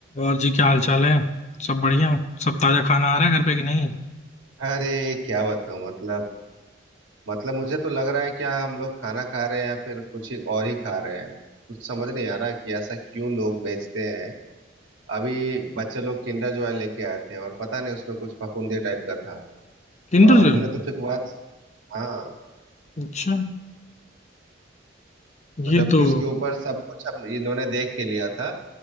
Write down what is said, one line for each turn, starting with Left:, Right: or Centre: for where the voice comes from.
Left: और जी क्या हाल चाल है सब बढ़िया सब ताजा खाना आ रहा है घर पे कि नहीं
Right: अरे क्या बताऊं मतलब मतलब मुझे तो लग रहा है कि हाँ, हम लोग खाना खा रहे हैं या फिर कुछ ही और ही खा रहे हैं कुछ समझ नहीं आ रहा कि ऐसा क्यों लोग भेजते हैं अभी बच्चे लोग किंडर जॉय लेके आए थे और पता नहीं उसमें कुछ फफूंदी टाइप का था
Left: किंडर
Right: और
Left: जो
Right: हमने
Left: है
Right: तो फिर बात हाँ
Left: अच्छा ये
Right: जबकि
Left: तो
Right: उसके ऊपर सब कुछ हम इन्होंने देख के लिया था